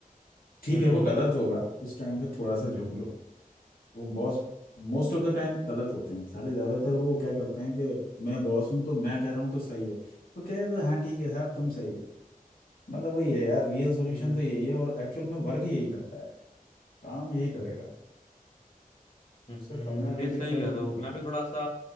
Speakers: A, on the left; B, on the left.
A: ठीक
B: हम्म
A: है वो गलत होगा उस टाइम पे थोड़ा सा झुक लो वो boss most of the time गलत होते हैं साले ज्यादातर वो क्या करते हैं कि मैं बॉस हूँ तो मैं कह रहा हूँ तो सही है तो कह दो हाँ ठीक है साहब तुम सही है मतलब वही है यार रियल सॉल्यूशन
B: हम्म
A: तो यही है और एक्चुअल में वर्ग यही करता है काम यही करेगा
B: हम्म,
A: उससे पंगा लेके
B: नहीं सही
A: चल
B: कह
A: नहीं
B: रहा हूँ
A: वो
B: मैं भी थोड़ा सा